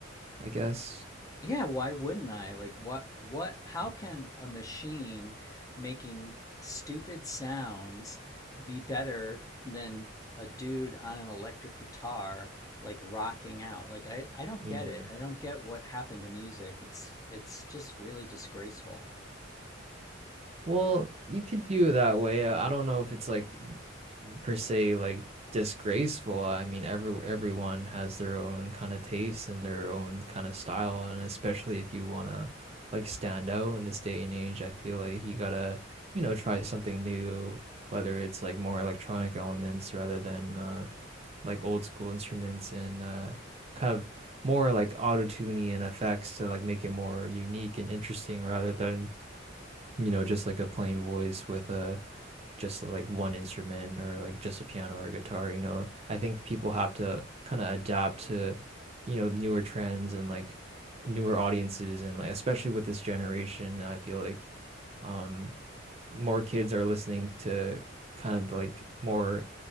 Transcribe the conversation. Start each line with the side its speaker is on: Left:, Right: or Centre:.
Right: I guess.
Left: Yeah, why wouldn't I? Like what what how
Right: Mhm.
Left: can a machine making stupid sounds be better than a dude on an electric guitar like rocking out? Like I I don't
Right: Mm.
Left: get it. I don't get what happened to music. It's it's just really disgraceful.
Right: Well, you could view it that way. I I don't know if it's like per se like disgraceful. I mean, every everyone has their own kind of taste and their own kind of style, and especially if you want to like stand out in this day and age, I feel like you gotta, you know, try something new, whether it's like more electronic elements rather than uh like old school instruments and uh kind of more like auto-tuning and effects to like make it more unique and interesting rather than, you know, just like a plain voice with a just like one instrument or like just a piano or a guitar, you know. I think people have to kind of adapt to, you know, newer trends and like newer audiences and like especially with this generation, I feel like um more kids are listening to kind of like more